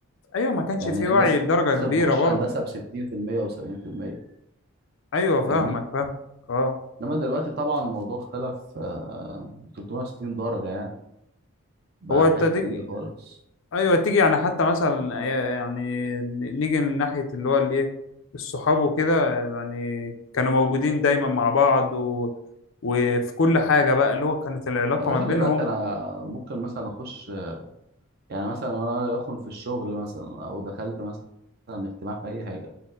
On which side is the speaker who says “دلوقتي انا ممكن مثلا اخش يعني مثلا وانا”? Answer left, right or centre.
Right